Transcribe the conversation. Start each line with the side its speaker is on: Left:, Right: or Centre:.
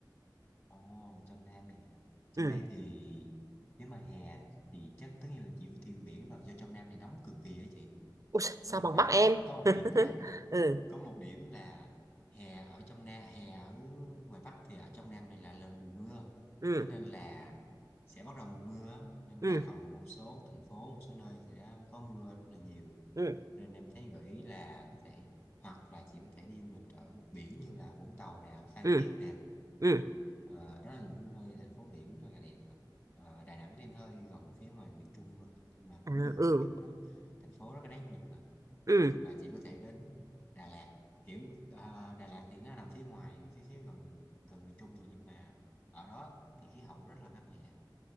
Left: Ồ, trong Nam này hả? Trong
Right: ừ
Left: đây thì nếu mà hè thì chắc tất nhiên là chị ưu tiên biển rồi do trong Nam này nóng cực kỳ á chị
Right: Ui, sao
Left: nhưng
Right: bằng
Left: mà
Right: Bắc em
Left: có một
Right: <laughs>
Left: điểm nha
Right: ừ
Left: có một điểm là hè ở trong Nam hè ở ngoài Bắc thì ở trong Nam này là, là mùa mưa
Right: ừ
Left: thế nên là sẽ bắt đầu mùa mưa á. nên
Right: ừ
Left: đa phần một số thành phố một số nơi thì đã có mưa rất là nhiều
Right: ừ
Left: nên em thấy gợi ý là có thể hoặc là chị có thể đi du lịch ở biển như là Vũng Tàu nè Phan
Right: ừ
Left: Thiết nè
Right: ừ
Left: Ờ, đó là những nơi thành phố biển rất là đẹp rồi. Ờ, Đà Nẵng thì nó hơi gần phía ngoài miền Trung rồi nhưng mà cũng
Right: à,
Left: được
Right: ừ
Left: kiểu nó thành phố rất là đáng du lịch mà
Right: ừ
Left: hoặc là chị có thể đến Đà Lạt kiểu ờ, Đà Lạt thì nó nằm phía ngoài phía phía gần gần miền Trung rồi nhưng mà ở đó thì khí hậu rất là mát mẻ